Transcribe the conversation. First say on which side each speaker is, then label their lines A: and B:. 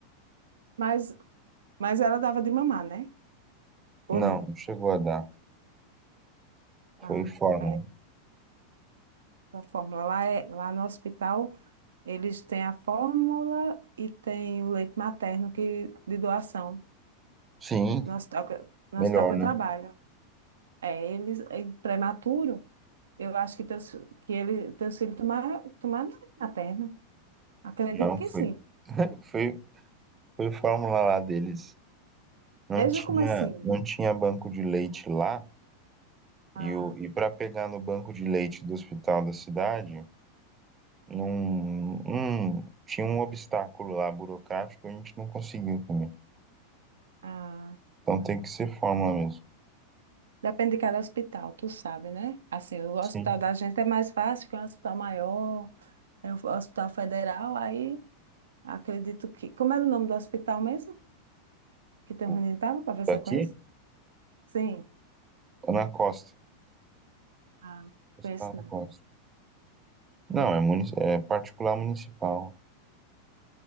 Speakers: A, on the right; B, on the right.
A: Mas, mas ela dava de mamar, né? Ou
B: Não,
A: não?
B: não chegou a dar.
A: Ah,
B: Foi forma.
A: é a fórmula. Lá, é... Lá no hospital, eles têm a fórmula e tem o leite materno que... de doação.
B: Sim,
A: No hospital que... no
B: melhor,
A: hospital que
B: né?
A: eu trabalho. É, eles. É prematuro. Eu acho que teus, que ele, teus filhos tomaram, tomaram leite materno. Acredito
B: Não,
A: que
B: foi.
A: sim.
B: Foi Foi fórmula lá deles. Não
A: Desde
B: tinha,
A: o comecinho.
B: não tinha banco de leite lá.
A: A,
B: E, o- e para pegar no banco de leite do hospital da cidade, não, não- tinha um obstáculo lá burocrático, a gente não conseguiu também.
A: a...
B: Então tem que ser fórmula mesmo.
A: Depende de cada hospital, tu sabe, né? Assim, o hospital
B: Sim.
A: da gente é mais fácil, que é um hospital maior, é um hospital federal, aí acredito que... Como era o nome do hospital mesmo? Que teu
B: O-
A: menino estava, para ver
B: Daqui?
A: se eu conheço? Sim.
B: Tá na costa.
A: Ah,
B: Está
A: conheço
B: na
A: não.
B: costa. Não, é, munici- é particular municipal.